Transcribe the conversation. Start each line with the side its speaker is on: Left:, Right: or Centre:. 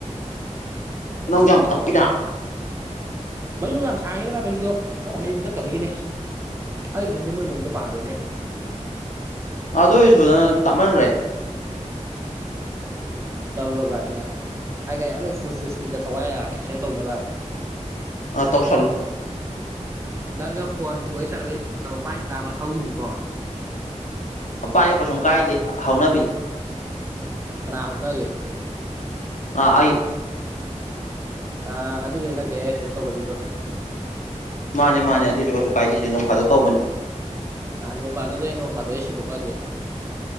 Right: ꯀꯔꯤꯅꯣ
Left: ꯅꯪꯁꯨ ꯌꯥꯝ ꯇꯞꯄꯤꯅ
Right: ꯃꯌꯨꯝ ꯌꯥꯝ ꯁꯥꯡꯉꯤꯅꯦ ꯃꯥꯢ ꯃꯌꯨꯝꯗꯣ ꯅꯪꯅ ꯃꯌꯨꯝ ꯆꯠꯇꯕꯒꯤꯅꯦ ꯑꯩ ꯌꯨꯝꯗ ꯃꯣꯏ ꯃꯌꯨꯝꯗꯣ ꯄꯥꯔꯣꯅꯦ
Left: ꯑꯗꯨ ꯑꯣꯏꯁꯨ ꯅꯪ ꯇꯞꯃꯟꯈ꯭ꯔꯦ
Right: ꯎꯝ ꯇꯜꯕ ꯀꯥꯏꯅ ꯑꯩꯒ ꯂꯣꯏ ꯐꯨ ꯏꯁꯄꯤ <inaudible> ꯠꯇ ꯊꯋꯥꯏꯔ ꯑꯦꯛꯁꯤꯗꯦꯟ ꯇꯧꯅꯕ
Left: ꯑꯥ ꯇꯧꯁꯜꯂꯨ
Right: ꯅꯪꯒ ꯐꯣꯟ ꯋꯥꯔꯤ ꯁꯥꯟꯅꯕꯩ ꯅꯝꯃ ꯄꯥꯏꯔ ꯅꯝꯃ ꯊꯧꯔꯤꯅꯤꯀꯣ
Left: ꯄꯥꯏꯌꯣ ꯀꯩꯁꯨꯝ ꯀꯥꯏꯗꯦ ꯍꯧꯅꯕꯤꯅꯦ
Right: ꯀꯅꯥꯥ ꯍꯧꯅꯒꯦ
Left: ꯑ ꯑꯩ
Right: ꯑ ꯑꯗꯨꯒꯤ ꯅꯪꯒꯤꯦ ꯑꯦꯛꯁꯤꯗꯦꯟ ꯇꯧꯕꯁꯤꯗꯣ <inaudible>
Left: ꯃꯥꯅꯦ ꯃꯥꯅꯦ ꯑꯗꯨꯁꯨ ꯀꯩꯁꯨ ꯀꯥꯏꯗꯣꯏꯁꯦ ꯅꯣꯡꯐꯗꯣꯛ ꯇꯧꯕꯅꯤ
Right: ꯑ ꯅꯣꯡꯚꯗꯗ ꯅꯣꯡ ꯐꯗ ꯑꯦꯁꯤ ꯇꯀꯁꯦ <inaudible>